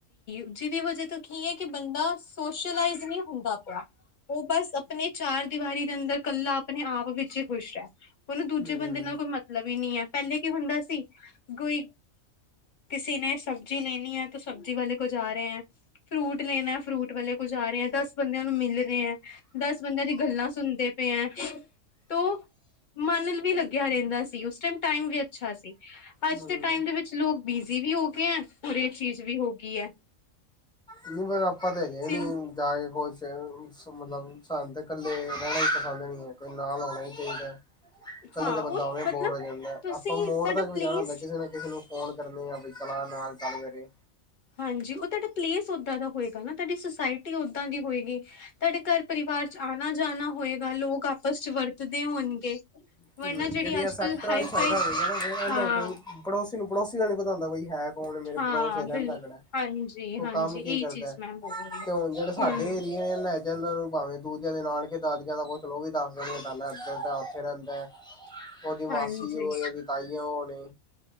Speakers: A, on the left (about 45°); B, in the centre.
A: ਜੀਹਦੀ ਵਜ੍ਹਾ ਤੋਂ ਕੀ ਐ। ਕਿ ਬੰਦਾ ਸੋਸ਼ਲਾਈਜ਼ ਨੀ ਹੁੰਦਾ ਪਿਆ। ਓ ਬਸ ਆਪਣੀ ਚਾਰ ਦੀਵਾਰੀ ਦੇ ਅੰਦਰ ਕੱਲਾ ਆਪਣੇ-ਆਪ ਵਿੱਚ ਈ ਖੁਸ਼ ਐ। ਓਨੂੰ ਦੂਜੇ
B: ਹਮ
A: ਬੰਦੇ ਨਾ ਕੋਈ ਮਤਲਬ ਈ ਨੀ ਐ। ਪਹਿਲੇ ਕੀ ਹੁੰਦਾ ਸੀ। ਕੋਈ ਕਿਸੀ ਨੇ ਸਬਜ਼ੀ ਲੈਣੀ ਐ ਤਾਂ ਸਬਜ਼ੀ ਵਾਲੇ ਕੋਲ ਜਾ ਰਹੇ ਐ। ਫਰੂਟ ਲੈਣਾ ਫਰੂਟ ਵਾਲੇ ਕੋ ਜਾ ਰਏ ਆ। ਦਸ ਬੰਦਿਆ ਨੂੰ ਮਿਲ ਰਏ ਆ। ਬੰਦਿਆਂ ਦੀ ਗੱਲਾਂ ਸੁਣਦੇ ਪਏ ਐ ਤੂੰ ਮਨ ਵੀ ਲੱਗਿਆ ਰਹਿੰਦਾ ਸੀ। ਉਸ ਟਾਈਮ ਟਾਈਮ ਵੀ ਅੱਛਾ ਸੀ। ਅੱਜ
B: ਹਮ
A: ਦੇ ਟਾਈਮ ਦੇ ਵਿੱਚ ਲੋਕ ਬੀਜ਼ੀ ਵੀ ਹੋ ਗਏ ਐ, ਔਰ ਏ ਚੀਜ਼ ਵੀ ਹੋ ਗਈ ਐ।
B: ਨਹੀਂ, ਪਰ ਆਪਾਂ ਤਾਂ ਹੈਗੇ ਨੀ
A: ਨੂੰ
B: ਜਾ ਕੇ ਖੁਸ਼ ਮਤਲਬ ਸ ਇਕੱਲੇ ਰਹਿਣਾ ਈ ਪਸੰਦ ਨੀ ਐ। ਕੋਈ ਨਾਲ ਹੋਣਾ ਈ ਚਾਹੀਦਾ ਐ। ਇਕੱਲੇ
A: ਹਾਂ
B: ਦਾ
A: ਉਹ
B: ਬੰਦਾ ਹੋਵੇਂ
A: ਮਤਲਬ
B: ਬੋਰ ਹੋ ਜਾਂਦਾ,
A: ਤੁਸੀਂ
B: ਆਪਾਂ ਮੋੜ
A: ਤੁਹਾਡਾ
B: ਤੱਕ ਵੀ ਦੇ
A: ਪਲੇਸ
B: ਜਾਣਾ ਹੁੰਦਾ, ਕਿਸੇ ਨੇ ਕਿਸੇ ਨੂੰ ਫੋਨ ਕਰਨੇ ਆਪਈ ਸਲਾਹ ਨਾਲ ਗੱਲ ਕਰੇ।
A: ਹਾਂਜੀ। ਉਹ ਤੁਹਾਡਾ ਪਲੇਸ ਓਦਾਂ ਦਾ ਹੋਏਗਾ, ਨਾ ਤੁਹਾਡੀ ਸੁਸਾਇਟੀ ਓਦਾਂ ਦੀ ਹੋਏਗੀ। ਤੁਹਾਡੇ ਘਰ- ਪਰਿਵਾਰ ਚ ਆਣਾ- ਜਾਣਾ ਹੋਏਗਾ, ਲੋਕ ਆਪਸ ਚ ਵਰਤਦੇ ਹੋਣਗੇ। ਵਰਨਾ
B: ਹੂੰ,
A: ਜਿਹੜੀ
B: ਜਿਹੜੀਆਂ
A: ਅੱਜ
B: ਸੈਕਟਰ
A: ਕੱਲ ਹਾਈ
B: ਵਾਲੀ ਸਾਈਡ
A: ਫਾਈ
B: ਹੋ ਗ ਇਹਨਾ
A: ਹਾਂ
B: ਕੋਈ। ਪੜੋਸੀ ਨੂੰ ਪੜੋਸੀ ਦਾ ਨਹੀਂ ਪਤਾ ਹੁੰਦਾ ਕੋਈ ਹੈ ਬਈ। ਹੁਣ ਮੇਰੇ
A: ਹਾਂ
B: ਪੜੋਸ ਚ ਰਹਿੰਦਾ
A: ਬਿਲ
B: ਕਿੜਾ ਹੈ,
A: ਹਾਂਜੀ
B: ਉਹ
A: ਹਾਂਜੀ
B: ਕੰਮ ਕੀ
A: ਇਹੀ
B: ਕਰਦਾ,
A: ਚੀਜ਼ ਮੈਮ ਬੋਲ ਰਹੀ ਹੈ
B: ਤੇ ਹੁਣ ਜਿਹੜੇ ਸਾਡੇ
A: ਹਮ
B: ਏ ਹੀ। ਲੈ ਜਾਂਦਾ ਨੂੰ ਭਾਵੇਂ ਦੂਜਿਆਂ ਦੇ ਨਾਨਕੇ, ਦਾਦੀਆਂ ਦਾ ਪੋਛ ਲੋ ਉਹ ਵੀ ਦੱਸ ਦੇਣਗੇ ਨਾਨਾ ਇਦਾਂ ਇੱਧਰ ਦਾ, ਉੱਥੇ ਰਹਿੰਦਾ ਹੈ। ਓਦੀ
A: ਹਾਂਜੀ
B: ਮਾਸੀ ਹੋਵੇ, ਉਹਦੀ ਤਾਈਆਂ ਹੋਣ